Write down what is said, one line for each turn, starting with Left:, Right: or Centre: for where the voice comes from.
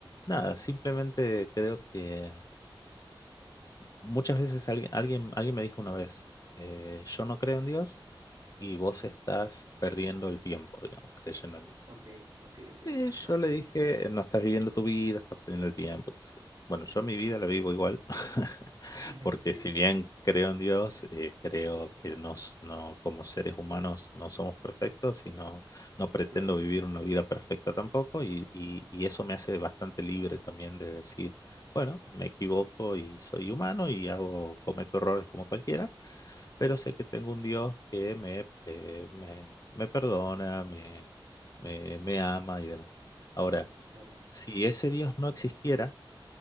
Left: nada, simplemente creo que muchas veces alguien, alguien, alguien me dijo una vez, eh, yo no creo en Dios, y vos estás perdiendo el tiempo, digamos, creyendo en Dios.
Right: Ok, ok, ok.
Left: Y
Right: Ajá.
Left: yo le dije, no estás viviendo tu vida, estás perdiendo el tiempo. qué sé yo. Bueno, yo mi vida la vivo igual, <laughs>
Right: <laughs>
Left: porque
Right: Sí,
Left: si bien creo en Dios, eh, creo que nos, no, como seres humanos no somos perfectos y no, no pretendo
Right: claro,
Left: vivir una vida perfecta tampoco, y, y, y eso me hace bastante libre también de decir, bueno, me equivoco y soy humano y hago, cometo errores como cualquiera, pero sé que tengo un Dios que me, eh, me, me perdona, me, me, me ama y demás. Ahora,
Right: claro,
Left: si ese Dios no existiera,